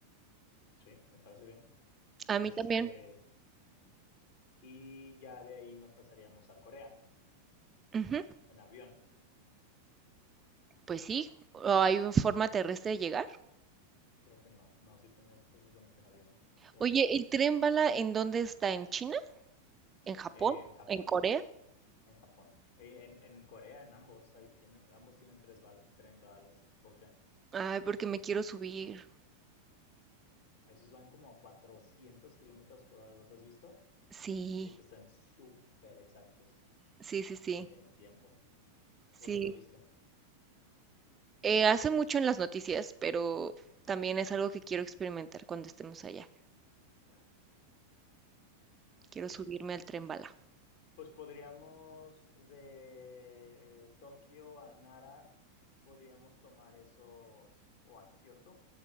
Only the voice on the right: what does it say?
a
mí también.
Ujú,
Pues sí, ¿O hay una forma terrestre de llegar.
Oye,
¿el tren bala en dónde está? ¿En China? ¿En Japón?
¿En Corea?
Ay, porque me quiero subir.
Sí,
sí, sí, sí,
sí.
Eh, hace mucho en las noticias, pero también es algo que quiero experimentar cuando estemos allá.
Quiero
subirme al tren bala.